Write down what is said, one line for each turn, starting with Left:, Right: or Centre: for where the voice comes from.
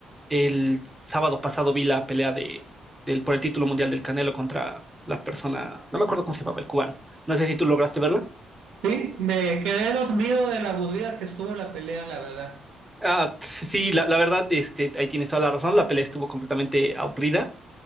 Centre: el sábado pasado vi la pelea de, del, por el título mundial del Canelo contra la persona, no me acuerdo cómo se llamaba, el cubano. No sé si tú lograste verla.
Right: Sí, me quedé dormido de la aburrida que estuvo la pelea, la verdad.
Centre: Ah, <laughs> t- sí, la, la verdad, este, ahí tienes toda la razón. La pelea estuvo completamente aburrida.